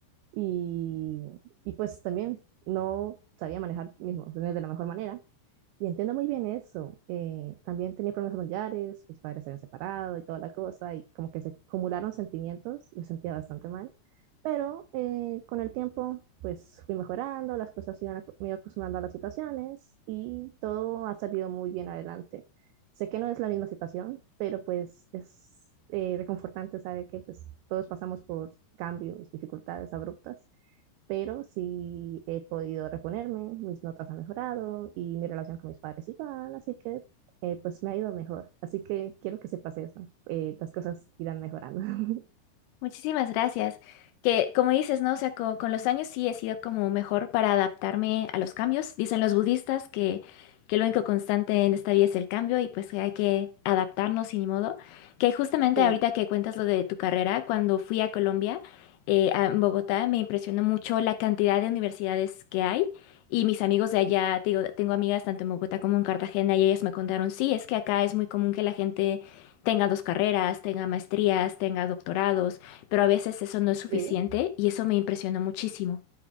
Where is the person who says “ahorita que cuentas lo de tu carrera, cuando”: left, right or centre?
Left